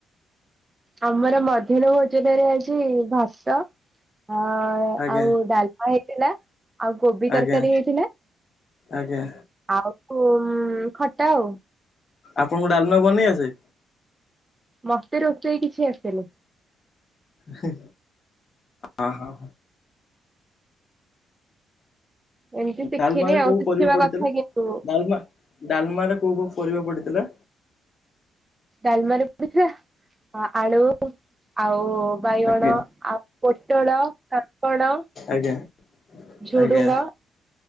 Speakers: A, on the right; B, on the left.
A: ଆମର ମଧ୍ୟାହ୍ନ ଭୋଜନରେ ଆଜି ଭାତ ଆଁ
B: ଆଜ୍ଞା
A: ଆଉ ଡା ଆଉ ହେଇଥିଲା ଆଉ କୋବି
B: ଆଜ୍ଞା
A: ତରକାରୀ ହେଇଥିଲା।
B: ଆଜ୍ଞା।
A: <unintelligible> ଖଟା ଆଉ।
B: ଆପଣଙ୍କୁ ଡାଲମା ବନେଇ ଆସେ?
A: ମତେ ରୋଷେଇ କିଛି ଆସେନି।
B: ହେ ଅଁ ହଁ।
A: ଏମିତି ଶିଖିନି
B: ଡାଲମା ରେ
A: ଆଉ
B: କୋଉ
A: ଶିଖିବା
B: ପରିବା ପଡିଥିଲା
A: କଥା କିନ୍ତୁ
B: ଡାଲମା ଡାଲମାରେ କୋଉ କୋଉ ପରିବା ପଡିଥିଲା?
A: ଡାଲମାରେ ପଡିଥିଲା ଆ ଆଳୁ ଆଉ ବାଇଗଣ
B: ଆଜ୍ଞା
A: ଆଉ ପୋଟଳ କାଙ୍କଡ଼।
B: ଆଜ୍ଞା।
A: ଝୁଡୁଙ୍ଗ।
B: ଆଜ୍ଞା